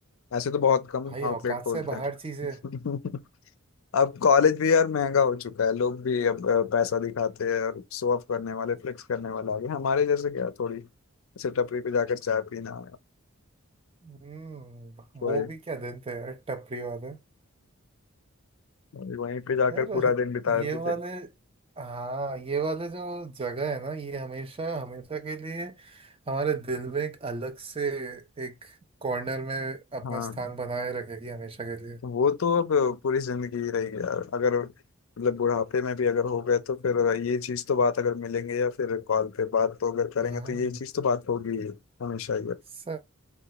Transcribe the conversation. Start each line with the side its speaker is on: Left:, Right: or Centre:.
Left: ऐसे तो बहुत कम
Right: भाई
Left: आउटलेट
Right: औकात
Left: खोलते
Right: से बाहर चीजें
Left: हैं <laughs> अब कॉलेज भी यार महंगा हो चुका है लोग भी अब अ, पैसा दिखाते हैं और शो ऑफ करने वाले फ्लेक्स करने वाले आ गए हमारे जैसे क्या थोड़ी ऐसे टपरी पे जाकर चाय पीना
Right: हम्म
Left: वही
Right: वो भी क्या दिन थे यार टपरी वाले
Left: <laughs> वहीं पे जाकर
Right: यार
Left: पूरा दिन बिता
Right: ये
Left: देते
Right: वाले
Left: थे
Right: हाँ ये वाले जो जगह है ना ये हमेशा हमेशा के लिए हमारे दिल में एक अलग से एक कॉर्नर में अपना
Left: हाँ
Right: स्थान बनाए रखेगी हमेशा के लिए
Left: वो तो अब पूरी जिंदगी ही रहेगी यार अगर मतलब बुढ़ापे में भी अगर हो गए तो फिर ये चीज तो बात अगर मिलेंगे या फिर कॉल पे बात तो अगर करेंगे
Right: हाँ
Left: तो ये चीज तो बात होगी ही, हमेशा ही है।
Right: सच